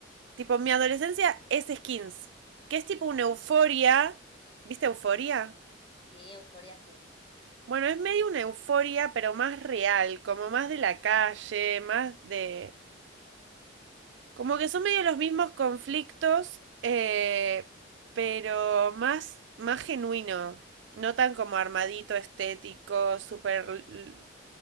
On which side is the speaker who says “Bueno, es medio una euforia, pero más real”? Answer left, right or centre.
Right